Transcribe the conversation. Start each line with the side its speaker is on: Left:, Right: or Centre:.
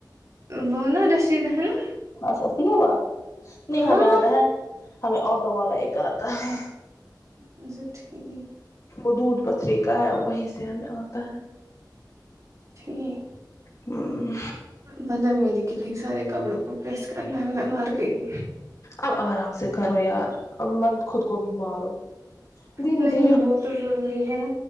Right: وہ نا رشید ہے نا
Left: اچھا صحیح ہے بات نہیں
Right: ہاں
Left: ہمیں آتا ہے ہمیں آٹو والا ایک آتا ہے
Right: ہاں سب ٹھیک
Left: وہ دودھ پتھری کا ہے وہی سے ہمیں آتا ہے
Right: ٹھیک
Left: ہوں
Right: پتہ ہے میری کتنی سارے کپڑوں کو پریس کرنا ہے میں مر گئی
Left: اب آرام سے کرو یار اب مت خود کو بھی مارو دھیرے
Right: نہیں
Left: دھیرے
Right: وہ تو ضروری ہے